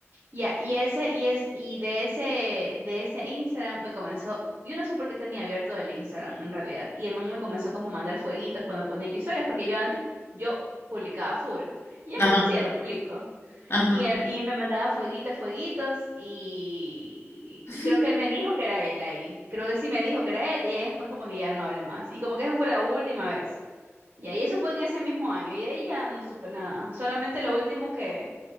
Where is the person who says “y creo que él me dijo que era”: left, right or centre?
Right